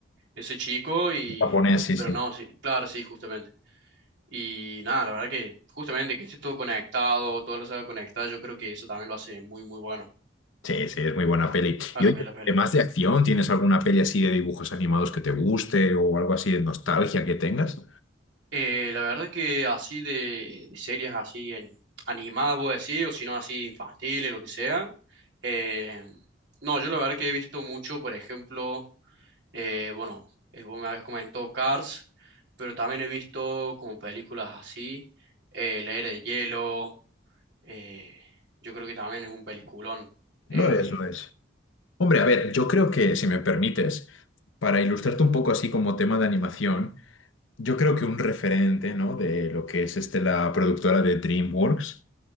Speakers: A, on the right; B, on the left.
A: ese chico y...
B: Japonés, sí,
A: Pero
B: sí.
A: no, sí, claro, sí, justamente. Y nada, la verdad que justamente que esté todo conectado, todo lo saga conectada, yo creo que eso también lo hace muy, muy bueno
B: Sí, sí, es muy buena peli.
A: a
B: Y
A: lo
B: oye,
A: que es la película.
B: además de acción, ¿tienes alguna peli así de dibujos animados que te guste o algo así de nostalgia que tengas?
A: Eh, la verdad que así de, de series así en- animadas, voy a decir, o si no así infantiles, lo que sea. eh, no, yo la verdad que he visto mucho, por ejemplo... Eh, bueno, eh, vos me habéis comentado Cars, pero también he visto como películas así, eh, La Era de Hielo, eh, yo creo que también es un peliculón.
B: Lo
A: Eh,
B: es, lo es. Hombre, a ver, yo creo que, si me permites, para ilustrarte un poco así como tema de animación, yo creo que un referente, ¿no? De lo que es este, la productora de DreamWorks.